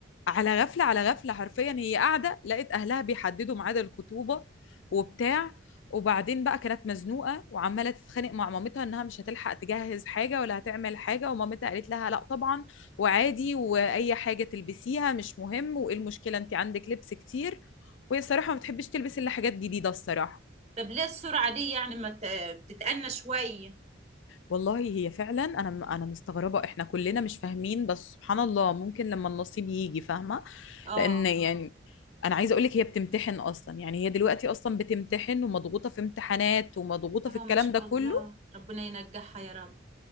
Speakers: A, on the left; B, on the right.
A: على غفلة على غفلة حرفيا هي قاعدة لقت أهلها بيحددوا ميعاد الخطوبة وبتاع وبعدين بقى كانت مزنوقة وعمالة تتخانق مع مامتها إنها مش هتلحق تجهز حاجة ولا هتعمل حاجة ومامتها قالت لها لا طبعا وعادي وأي حاجة تلبسيها مش مهم وإيه المشكلة أنت عندك لبس كتير وهي الصراحة ما بتحبش تلبس إلا حاجات جديدة الصراحة
B: طب ليه السرعة دي يعني ما ت- بتتأنى شوية
A: والله هي فعلا انا انا مستغربه احنا كلنا مش فاهمين بس سبحان الله ممكن لما النصيب يجي فاهمه
B: اه
A: لان يعني انا عايزه اقول لك هي بتمتحن اصلا يعني هي دلوقتي اصلا بتمتحن ومضغوطه في امتحانات ومضغوطه
B: اه
A: في الكلام
B: ما شاء
A: ده كله
B: الله ربنا ينجحها يا رب